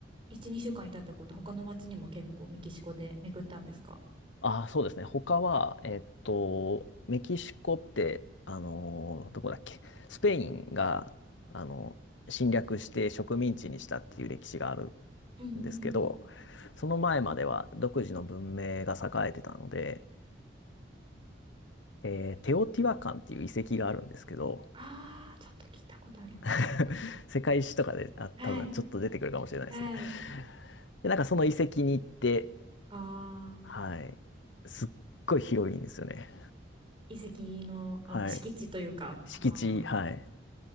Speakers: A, on the right; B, on the left.
A: 1、2週間いたってこと、他の町にも結構メキシコで巡ったんですか
B: ああ、そうですね。他は、えっと、メキシコって、あのーどこだっけ、スペインが、あの侵略して植民地にしたっていう歴史がある
A: うんうん。
B: んですけど、その前までは独自の文明が栄えてたので、えーテオティワカンっていう遺跡があるんですけど、
A: ああ、ちょっと聞いたことあります。
B: <laughs>
A: そっか。
B: 世界史とかで、あ、多分ちょっと出てくるかもしれないですね。
A: はい。はい。
B: で、なんかその遺跡に行って、
A: ああ、
B: はい、すっごい広いんですよね。
A: 遺跡の、
B: はい、
A: あ、もう敷地というか。
B: 敷地、
A: ああ、
B: はい。